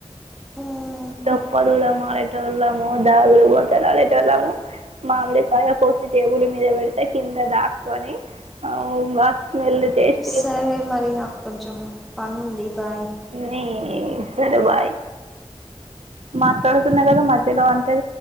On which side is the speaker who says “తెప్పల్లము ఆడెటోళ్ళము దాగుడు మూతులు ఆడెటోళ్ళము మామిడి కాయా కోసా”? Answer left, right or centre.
Right